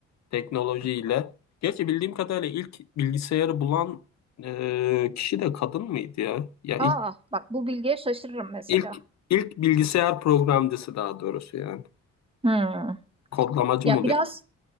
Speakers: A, on the left; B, on the right.
A: teknolojiyle. Gerçi bildiğim kadarıyla ilk bilgisayarı bulan e, kişi de kadın mıydı ya? Ya ilk
B: aa bak bu bilgiye şaşırırım mesela.
A: ilk ilk bilgisayar programcısı daha doğrusu yani.
B: Hmm.
A: Kodlamacı
B: Ya
A: mı oluyor?
B: biraz